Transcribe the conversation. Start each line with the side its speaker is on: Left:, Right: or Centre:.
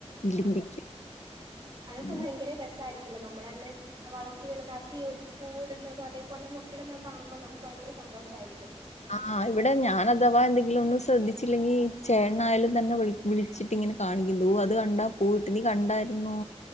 Left: ഇലിമ്പിക്ക
Right: ആ അതൊക്കെ
Left: അങ്ങനെ
Right: ഭയങ്കര രസായിരിക്കില്ലേ നമ്മള തന്നെ വളർത്തി വലുതാക്കി ഒരു പൂ ഇടുന്നതോ അതേപോലെ മൊട്ടിടുന്ന കാണുമ്പോൾ നമുക്ക് ഭയങ്കര സന്തോഷമായിരിക്കും
Left: ആഹ് ഇവിടെ ഞാൻ അഥവാ എന്തെങ്കിലും ഒന്നും ശ്രദ്ധിച്ചില്ലെങ്കി ചേട്ടൻ ആയാലും തന്നെ വി വിളിച്ചിട്ട് ഇങ്ങനെ കാണിക്കും ദോ അത് കണ്ടാ പൂവിട്ട് നീ കണ്ടായിരുന്നോ